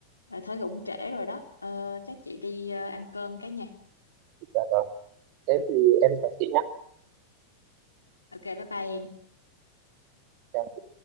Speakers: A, on the left (about 80°); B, on the right (about 45°).
A: Ờ, thấy cũng trễ rồi đó Ờ, chắc chị đi ờ, ăn cơm cái nha
B: dạ vâng thế thì em chào chị nhé
A: ok bye bye em
B: Dạ.